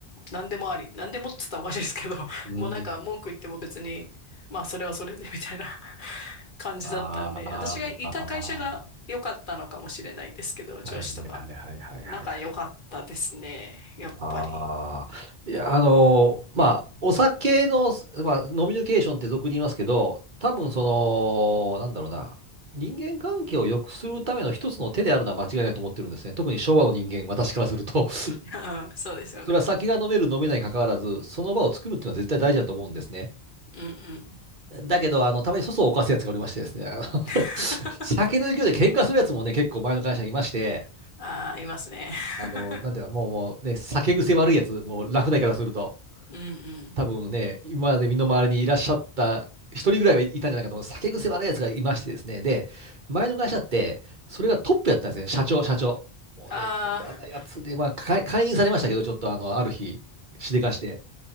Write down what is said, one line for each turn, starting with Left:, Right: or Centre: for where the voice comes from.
Left: 何でもあり、何でもっつったらおかしいですけど、<laughs>
Right: うん。
Left: もうなんか文句言っても別に、まあそれはそれでみたいな <laughs> 感じだったんで、
Right: ああ、
Left: 私がいた会社が良かったのかもしれないんですけど、
Right: はいはいはいはいはいはいはい。
Left: 上司とか。仲良かったですね。やっぱり。
Right: ああ、いや、あの、まあ、お酒の、まあ、飲みニケーションって俗に言いますけど、多分その、
Left: うん。
Right: なんだろうな、人間関係を良くするための一つの手であるのは間違いないと思ってるんですね。特に昭和の人間、私からすると、
Left: <laughs> そうですよね。
Right: <laughs> それは酒が飲める、飲めないに関わらず、その場を作るっていうのは絶対大事だと思うんですね。
Left: うんうん。
Right: だけど、あの、たまに粗相を犯すやつがおりましてですね、あの
Left: <laughs>
Right: <laughs> 酒の勢いで喧嘩するやつもね、結構前の会社にいまして、
Left: ああ、いますね。
Right: あの、
Left: <laughs>
Right: なんていうか、もう、もうね、酒癖悪いやつ、もう、ラフな言い方すると。
Left: うんうん。
Right: 多分ね、今まで身の回りにいらっしゃった一人ぐらいはいたんじゃないかと思う。酒癖悪いやつがいましてですね。で、前の会社って、それがトップやったんですね。社長、社長。もうね、
Left: ああ、
Right: 嫌なやつで、まあ、解解任されましたけど、ちょっとあの、ある日、しでかして。